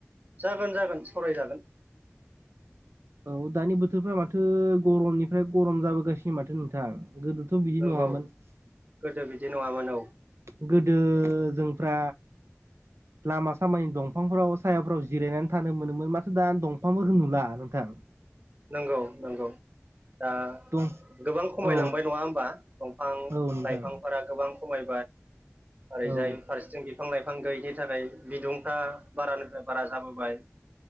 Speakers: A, on the right; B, on the right.
A: जागोन जागोन सरायजागोन ।
B: औ दानि बोथोरफ्रा माथो गरमनिफ्राय गरम जाबोगासिनो माथो नोंथां । गोदोथ' बिदि
A: नंगौ
B: नङामोन ।
A: गोदो बिदि नङामोन औ
B: गोदो जोंफ्रा लामा सामानि दंफांफोराव सायाफ्राव जिरायनानै थानो मोनोमोन माथो दा दंफांफोर होनुला नोंथां ।
A: नंगौ नंगौ। दा
B: दं
A: गोबां खमायलांबाय
B: औ
A: नङा होमबा दंफां
B: औ नोंथां
A: लाइफांफोरा गोबां खमाय ओरैजाय
B: औ
A: फारसेथिं बिफां लानाय बिफां गैयिनि थाखाय बिदुंफ्रा बारानिफ्राय बारा जाबोबाय